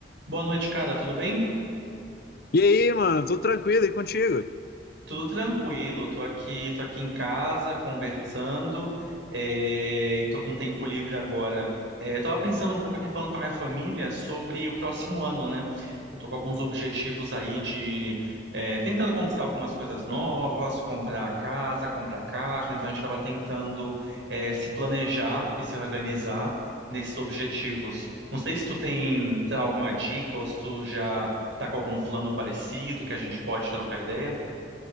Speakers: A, on the right; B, on the left.
A: Boa noite, cara. Tudo bem?
B: E aí, mano, tudo tranquilo e contigo?
A: Tudo tranquilo, tô aqui, tô aqui em casa conversando, é, e tô com tempo livre agora. É, eu tava pensando um pouco aqui falando com a minha família sobre o próximo ano, né? Eu tô com alguns objetivos aí de é, tentando conquistar algumas coisas novas, comprar casa, comprar carro. Então a gente estava tentando é, se planejar e se organizar nesses objetivos. Não sei se tu tem, sei lá, alguma dica ou se tu já tá com algum plano parecido que a gente pode trocar ideia.